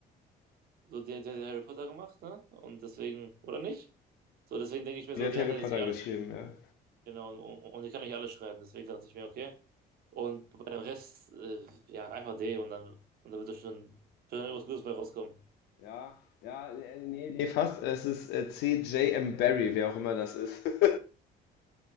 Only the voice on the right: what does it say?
so der, der, der Harry Potter gemacht, ne? Und deswegen, oder nicht? So, deswegen denke ich mir
so,
der
hat ja
jetzt nicht alles,
genau, und, und ich kann nicht alles schreiben, deswegen dachte ich mir, okay. Und bei dem Rest, äh, ja, einfach D und dann, und dann wird da schon, schon irgendwas Gutes bei rauskommen.